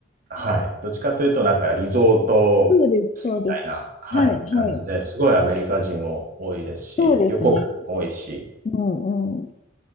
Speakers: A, on the right; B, on the left.
A: はい。どっちかというと、なんかリゾート地みたいな、
B: そうです、そうです。
A: はい、
B: はい、
A: 感じで、
B: はい。
A: すごいアメリカ人も多いですし、
B: そうですね。
A: 旅行客も多いし、
B: うん、うん。